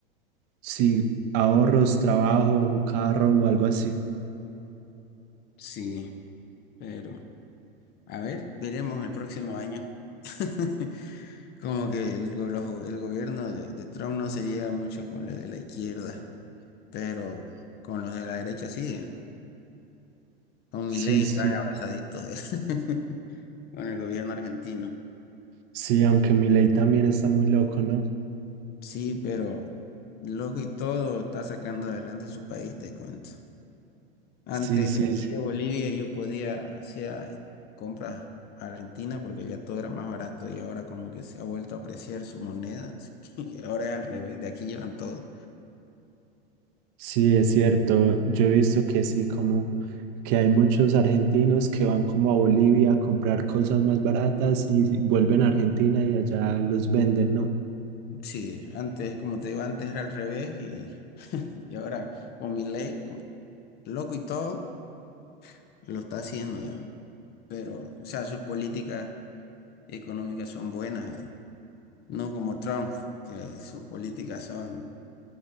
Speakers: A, on the right; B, on the left.
A: si ahorros, trabajo, un carro o algo así.
B: Sí, pero a ver, veremos el próximo año. <laughs> Como que el, go- los- el gobierno de, de Trump no se lleva mucho con los de la izquierda, pero con los de la derecha sí. Con
A: Sí,
B: Milei
A: sí,
B: están abrazaditos <laughs> con el gobierno argentino.
A: sí, aunque mi ley también está muy loco, ¿no?
B: Sí, pero loco y todo está sacando adelante a su país, te cuento. Antes
A: Sí, sí,
B: aquí
A: sí,
B: de Bolivia yo podía hacía compras a Argentina porque ya todo era más barato y ahora como que se ha vuelto a apreciar su moneda, <laughs> así que ahora es al revés, de aquí llevan todo.
A: sí, es cierto. Yo he visto que sí, como que hay muchos argentinos que van como a Bolivia a comprar cosas más baratas y vuelven a Argentina y allá los venden, ¿no?
B: Sí, antes, como te digo, antes era al revés y, <laughs> y ahora con mi ley, loco y todo, lo está haciendo, digamos. Pero, o sea, sus políticas económicas son buenas, digamos. No como Trump, que sus políticas son